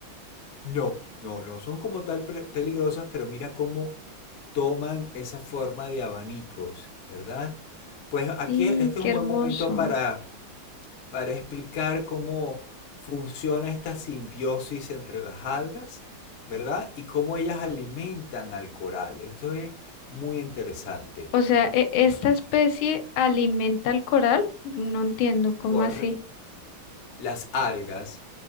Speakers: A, on the left; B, on the left.
A: No, no, no son como tal peligrosas, pero mira cómo toman esa forma de abanicos, ¿verdad? Pues aquí
B: Y
A: este
B: qué
A: es un
B: hermoso.
A: buen momento para, para explicar cómo funciona esta simbiosis entre las algas, ¿verdad? Y cómo ellas alimentan al coral. Esto es muy interesante.
B: O sea, e- ¿esta especie alimenta al coral? No entiendo, ¿cómo
A: Corre-
B: así?
A: las algas.